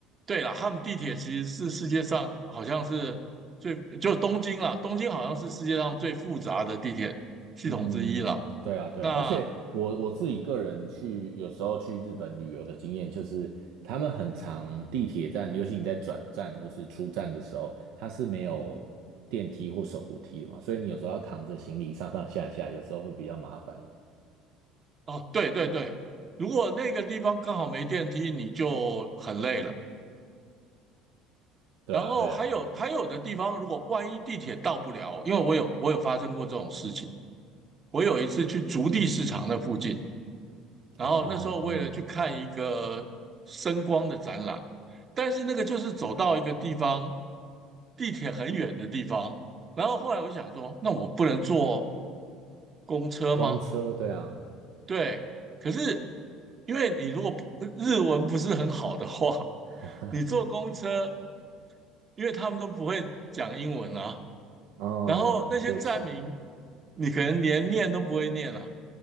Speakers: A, on the right (about 30°); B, on the right (about 75°).
A: 对了，他们地铁其实是世界上好像是最，就东京啦，东京好像是世界上最复杂的地铁系统之一啦。
B: 嗯，对啊，对啊，
A: 那
B: 而且我我自己个人去有时候去日本旅游的经验就是，他们很长地铁站，尤其你在转站或是出站的时候，它是没有电梯或手扶梯的嘛，所以你有时候要扛着行李上上下下，有时候会比较麻烦一点。
A: 哦，对对对，如果那个地方刚好没电梯，你就很累了。
B: 对啊，
A: 然后还有还有的地方，
B: 对啊，
A: 如果万一地铁到不了，因为我有我有发生过这种事情，我有一次去竹地市场那附近。然后那时候为了去看一个声光的展览，
B: 哦，嗯，
A: 但是那个就是走到一个地方，地铁很远的地方。然后后来我就想说，那我不能坐公车吗？
B: 公车，对啊。
A: 对，可是因为你如果不日文不是很好的话，
B: <laughs>
A: 你坐公车，因为他们都不会讲英文啊，
B: 哦，
A: 然后那些站名
B: 确实，
A: 你可能连念都不会念啊，